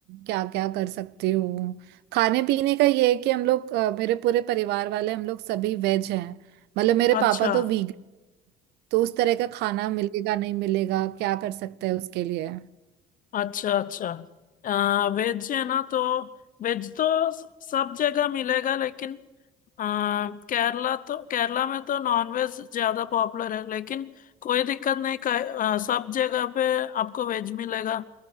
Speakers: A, on the right (about 70°); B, on the left (about 50°).
A: क्या क्या कर सकती हूँ खाने पीने का ये है कि हम लोग अ, मेरे पूरे परिवार वाले हम लोग सभी वेज हैं मतलब मेरे
B: अच्छा
A: पापा तो वीगन तो उस तरह का खाना मिलेगा नहीं मिलेगा क्या कर सकते हैं उसके लिए
B: अच्छा अच्छा आ, वेज है ना तो वेज तो स- सब जगह मिलेगा लेकिन आ, केरला तो केरला में तो नॉन वेज ज्यादा पॉपुलर है लेकिन कोई दिक्कत नहीं का, आ, सब जगह पे आपको वेज मिलेगा